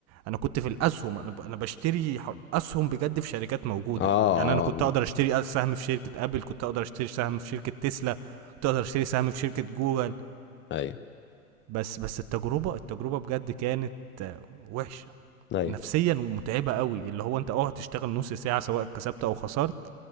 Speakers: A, on the right; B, on the left.
A: انا كنت في الاسهم انا ب- انا بشتري حر- اسهم بجد في شركات موجودة
B: اه اه
A: يعني انا كنت
B: آه.
A: اقدر اشتري أ- سهم في شركة ابل كنت اقدر اشتري سهم في شركة تسلا كنت اقدر اشتري سهم في شركة جوجل
B: ايوه
A: بس بس التجربة التجربة بجد كانت آه، وحشة
B: ايوه
A: نفسيا ومتعبة قوي اللي هو انت اه هتشتغل نص ساعة سواء كسبت او خسرت